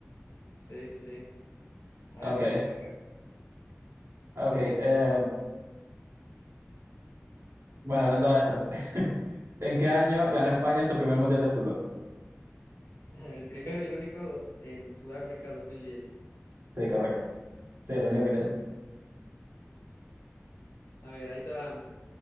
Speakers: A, on the left; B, on the right.
A: Sí, sí, sí. A
B: Ok,
A: ver, vas, te toca.
B: ok. eh, bueno, hablando de eso, <laughs> ¿en qué año ganó España su primer mundial de fútbol?
A: <laughs> El primero y el único do- en Sudáfrica 2010.
B: Sí, correcto. Sí, es lo único que tiene.
A: A ver, ahí te va.